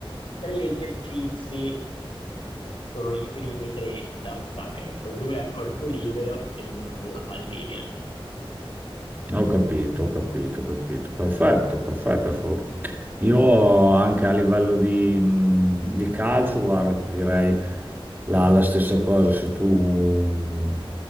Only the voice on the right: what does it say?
Ho capito, ho capito, ho capito. Perfetto, perfetto, assolutamente. Io anche a livello di, mh, di calcio, guarda, ti direi la, la stessa cosa. Se tu mh,